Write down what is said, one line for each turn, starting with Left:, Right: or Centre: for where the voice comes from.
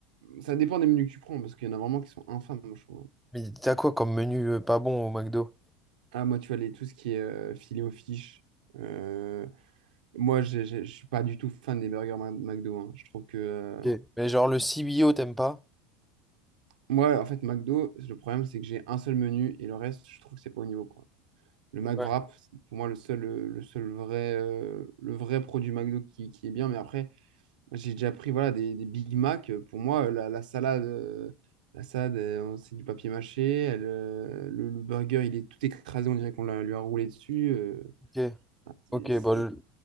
Right: Ça dépend des menus que tu prends, parce qu'il y en a vraiment qui sont infâmes, moi, je trouve.
Centre: mais t'as quoi comme menu euh, pas bon au McDo
Right: Ah, moi, tu vois, les, tout ce qui est euh, filet aux fiches. euh, moi, j'ai- j'ai- je suis pas du tout fan des burgers Ma- McDo. hein. Je trouve que. euh,
Centre: Ok. mais genre le CBO t'aimes pas
Right: moi, en fait, McDo, le problème, c'est que j'ai un seul menu et le reste, je trouve que c'est pas au niveau, quoi. Le McWrap,
Centre: Ouais.
Right: c'est pour moi le seul, euh, le seul vrai, euh, le vrai produit McDo qui, qui est bien. Mais après, J'ai déjà pris voilà, des, des Big Mac. Pour moi, la, la salade, euh, la salade euh, c'est du papier mâché. Elle, euh, le, le burger, il est tout écrasé. On dirait qu'on l'a- lui a roulé dessus. euh.
Centre: ok
Right: Ah, c'est,
Centre: ok
Right: c'est-
Centre: bon je-